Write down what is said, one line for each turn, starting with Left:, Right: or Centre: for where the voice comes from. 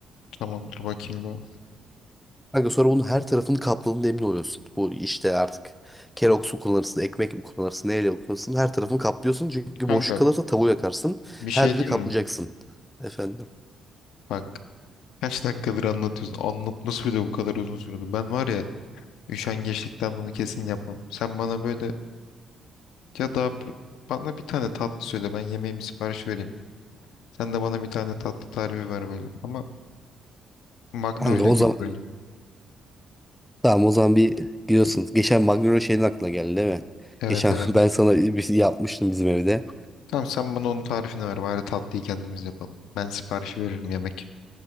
Left: Tamamdır bakayım ben.
Centre: Kanka sonra bunun her tarafını kapladığında emin oluyorsun. Bu işte artık Kellogg's mu kullanırsın, ekmek mi kullanırsın, neyle kullanırsın her tarafını kaplıyorsun. Çünkü
Left: Kanka
Centre: boşluk kalırsa tavuğu yakarsın.
Left: bir şey
Centre: Her yeri
Left: diyeyim
Centre: kaplayacaksın.
Left: mi?
Centre: Efendim.
Left: Bak kaç dakikadır anlatıyorsun. Anlatması bile bu kadar uzun sürdü. Ben var ya üşengeçlikten bunu kesin yapmam. Sen bana böyle ya daha pr- bana bir tane tatlı söyle ben yemeğimi sipariş vereyim. Sen de bana bir tane tatlı tarifi ver böyle. Ama Magnolia
Centre: Kanka o
Left: gibi
Centre: zaman
Left: böyle.
Centre: tamam o zaman bir gidiyorsun. Geçen Magnolia şeyin aklına geldi değil mi?
Left: Evet
Centre: Geçen
Left: evet.
Centre: <laughs> ben sana bir şey yapmıştım bizim evde.
Left: Tamam sen bana onun tarifini ver bari tatlıyı kendimiz yapalım. Ben siparişi veririm yemek.